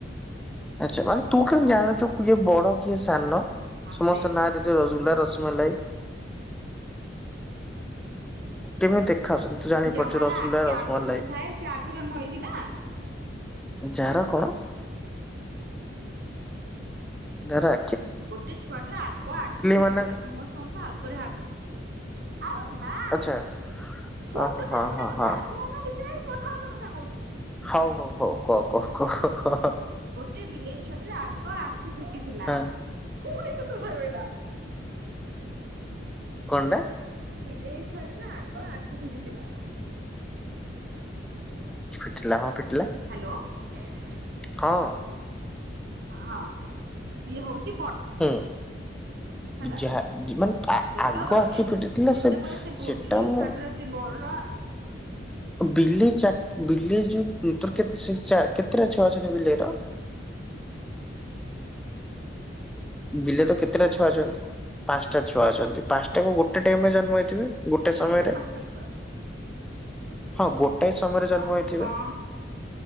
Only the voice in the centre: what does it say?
ଆଚଛା ମାନେ ତୁ କେଣ ଜଣ ଚୁ କିଏ ବଡ କିଏ ସାନ
ସମସ୍ତ ନାଁରେ ଯୋ ରସଗୁଲ୍ଲା ରନ୍ଧନ ଛ ରସମଲାଇ କେମିତି ଦେଖାାଉଛନ୍ତି ତୁ ଜାଣିପାରୁଛୁ
ରସଗୁଲ୍ଲ
ରସମଲ୍ଲାଇ
<inaudible>
ଯାହାର କଣ ଧରା
ମାନେ
ଆଚ୍ଛା
ଓ ହୋ
ହଁ
ହଁ
ହଁ
ହଉ ହଉ ହଉ କହ କହ କହ
ହଁ
କଣ୍ଡା
ହେଲା ହଁ ଫିଟିଲା
ହଁ
ହୁଁ
ଯାହା ମାନେ ଆ
ଆଗ ଆଖି ଫିଟିଥିଲା
ସେ
ସେଟା
ମୁଁ
ବିଲେଇ ଚାଟ୍ ବିଲେଇ ଯୋଉ ତର୍କାରି ଚାର କେତେଟା ଛୁଆ ଅଛନ୍ତି ବିଲେଇ ର? ବିଲେଇର କେତେଟା ଛୁଆ ଅଛନ୍ତି? ପାନ୍ସଟା ଛୁଆ ଅଛନ୍ତି ପାନ୍ ତାକୁ ଗୋଟେ ଟାଇମରେ ଜନ୍ମ ହେଇଥିବେ ଗୋଟେ
ସମୟରେ
ହଁ ଗୋଟାଏ ସମୟରେ
ଜନ୍ମ ହେଇଥିବେ